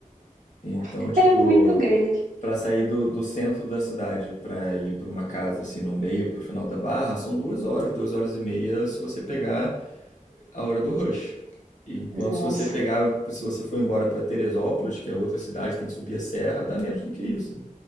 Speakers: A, on the left (about 60°); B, on the right (about 80°).
A: Então,
B: <laughs>
A: tipo,
B: É muito grande.
A: pra sair do, do centro da cidade pra ir pra uma casa assim no meio, pro final da Barra, são duas horas, duas horas e meia, se você pegar a hora do rush. E Enquanto
B: Nossa,
A: se você pegar, se você for embora para Teresópolis, que é outra cidade, tem que subir a serra, dá menos do que isso. né?